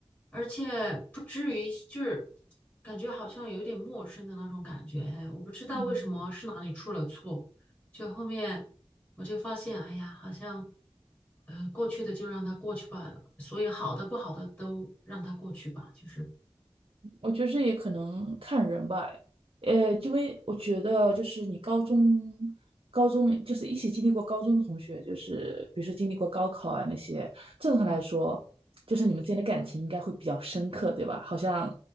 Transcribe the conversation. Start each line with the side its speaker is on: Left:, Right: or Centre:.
Left: 而且不至于就是感觉好像有点陌生的那种感觉，哎，我不知道为什么是哪里出了错。
Right: 嗯。
Left: 就后面我就发现，哎呀，好像呃过去的就让它过去吧，所有好的不好的都让它过去吧，就是
Right: 我觉得这也可能看人吧，呃，因为我觉得就是你高中、高中就是一起经历过高中的同学，就是比如说经历过高考啊那些，正常来说，
Left: 嗯，
Right: 就是你们之间的感情应该会比较深刻，对吧？好像，